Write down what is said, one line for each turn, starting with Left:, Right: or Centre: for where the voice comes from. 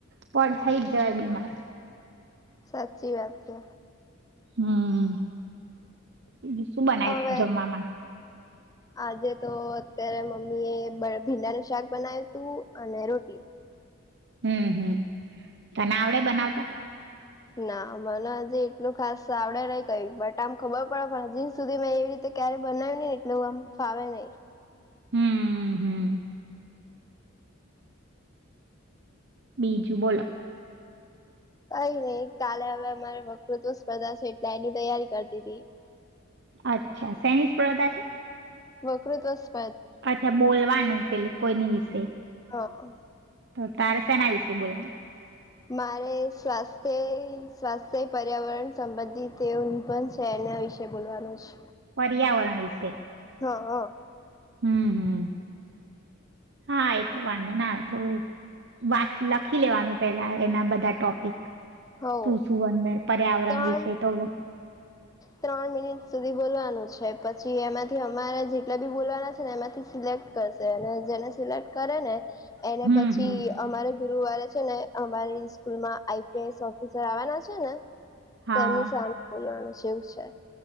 Right: પણ થઈ જ જવાય બીમાર
Left: સાચી વાત છે
Right: હામ બીજુ શું બનાય
Left: હવે
Right: તુ જમવામાં
Left: આજે તો અત્યારે મમ્મી એ બ ભીંડાનું શાક બનાવ્યું તું અને રોટલી
Right: હમ હમ તને આવડે બનાવતા
Left: ના મને હજી એટલું ખાસ આવડે નઈ કય બટ આમ ખબર પડે પણ હજી સુધી મેં એવી રીતે ક્યારે બનાયું ની એટલું આમ ફાવે ની
Right: હમ હમ બીજું બોલો
Left: કઈ નહી કાલે હવે અમારે વકૃત્વ સ્પર્ધા છે એટલે એની તૈયારી કરતી તી
Right: અચ્છા સેની સ્પધા છે?
Left: વકૃત્વ સ્પ
Right: અચ્છા બોલવાનું પેલુ કોઈની વિશે
Left: હ
Right: તો તારે સેના વિશે બોલવાનુ
Left: મારે સ્વાસ્થ્ય સ્વાસ્થ્ય પર્યાવરણ સંબંધિત તેવ નિબંધ છે એના વિશે બોલવાનું છે.
Right: પર્યાવરણ વિશે.
Left: હા હા.
Right: હમ હમ, હા એતો વાંધો ના થોડું વા લખી લેવાનું પેલા એના બધા ટોપિક.
Left: હવ
Right: શું શું અંદર પર્યાવરણ
Left: ત્રણ
Right: વિશે તો
Left: ત્રણ મિનિટ સુધી બોલવાનું છે પછી એમાંથી અમારે જેટલા બી બોલવાના છે ને એમાંથી સિલેક્ટ કરશે અને જેને સિલેક્ટ કરે ને. એને
Right: હમ્મ
Left: પછી
Right: હમ્મ
Left: અમારે ગુરુવારે ને અમારી સ્કૂલમાં આઈ પી એસ ઓફિસર આવવાના છે ને.
Right: હા
Left: એમની સામે બોલવાનું છે. જેવું છે.